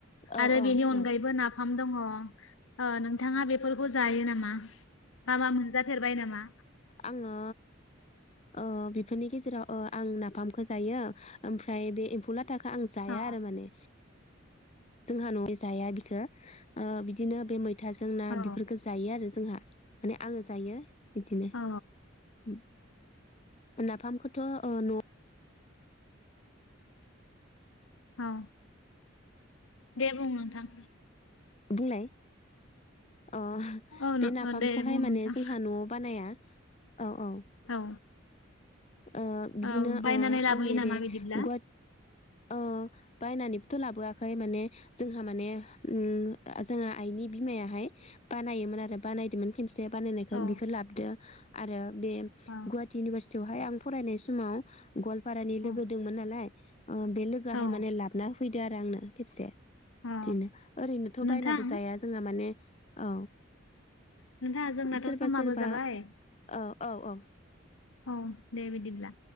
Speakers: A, on the left; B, on the left.
A: औ
B: आरो बेनि अनगायैबो
A: औ
B: नाफाम दंङ ओ नोंथांङा बेफोरखौ जायो नामा? नाबा मोनजाफेरबाय नामा?
A: आंङो ओ बेफोरनि गेजेराव ओ आं नाफामखौ जायो ओमफ्राय बे एम्फौला थाखो आं जाया
B: औ
A: आरो माने। जोंहा न' <unintelligible> जाया बिखो ओ बिदिनो बे मै थाजों ना
B: औ
A: बेफोरखौ जायो आरो जोंहा माने आंङो जायो। बिदिनो
B: औ
A: उम नाफामखौथ' ओ न'
B: औ दे बुं नोंथां
A: बुंनाय अह
B: औ नों
A: बे नाफामखौहाय
B: दे बुं नोंथां
A: माने जोंहा न'आव बानाया औ औ
B: औ
A: ओ बिदिनो
B: औ बायनानै
A: ओ
B: लाबोयो
A: आंनि
B: नामा
A: बे
B: बिदिब्ला?
A: गुवा अ बायनानैबोथ' लाबोआखै माने जोंहा माने उम जोंहा आइनि बिमायाहाय बानायोमोन आरो बानायदोंमोन खेमसे बानायनायखौ
B: औ
A: बिखौ लाबो दो आरो बे
B: औ
A: गुवाहाटि इउनिभारसिटियावहाय आं फरायनाय समाव गवालपारानि लोगो
B: औ
A: दोंमोन नालाय ओ बे लोगोआहाय
B: औ
A: माने लाबना फैदो आरो आंनो खेबसे।
B: औ
A: दिनो ओरैनोथ'
B: नोंथां
A: बायनाबो जाया जोंहा माने औ
B: नोंथां जोंनाथ'
A: सोरबा
B: समाबो
A: सोरबा
B: जाबाय
A: ओ औ औ
B: औ दे बिदिब्ला।